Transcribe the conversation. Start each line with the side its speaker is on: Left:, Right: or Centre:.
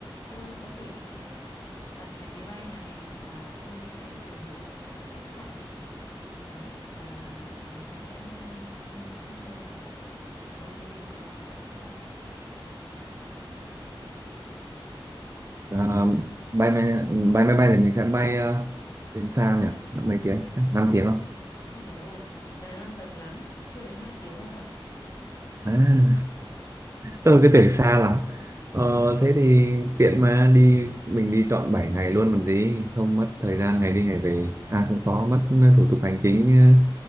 Left: tôi có thể ờ, đặt vé máy bay này và tôi sẽ tìm hiểu về ờ, khách sạn đi. Đấy là mình sẽ ờ, đi những đâu và ở bao nhiêu đêm ở đâu để đặt khách sạn.
Right: Ờ, bay máy bay máy bay thì mình sẽ bay ờ, đến sao nhỉ? Mấy tiếng? Chắc 5 tiếng không?
Left: Ôi dồi ôi, Đài Loan gần lắm, chưa đến 2 tiếng ông ạ.
Right: À, <laughs> tôi cứ tưởng xa lắm. Ờ, thế thì tiện mà đi mình đi trọn 7 ngày luôn còn gì, không mất thời gian ngày đi ngày về. À cũng
Left: Ừ,
Right: khó mất ờ, thủ tục hành chính ờ,